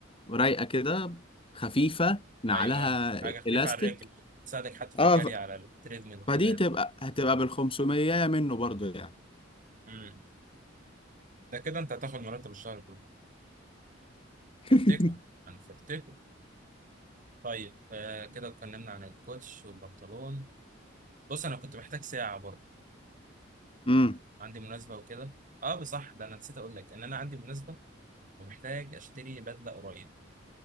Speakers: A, on the left; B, on the right.
A: رايقه كده خفيفه نعلها
B: ايوه حاجه خفيفه
A: الاستيك
B: على الرجل تساعدك حتى في
A: اه
B: الجري
A: ف-
B: على التريدميل وكده
A: فدي
B: يعني
A: تبقى هتبقى بالخمسمية منه برضو يعني
B: امم ده كده انت هتاخد مرتب الشهر كله
A: <laughs>
B: فرتكم انا فرتكم طيب آه كده اتكلمنا عن الكوتش والبنطلون بص انا كنت محتاج ساعه برضه
A: امم
B: عندي مناسبه وكده اه بصح ده انا نسيت اقول لك ان انا عندي مناسبه ومحتاج اشتري بدله قريب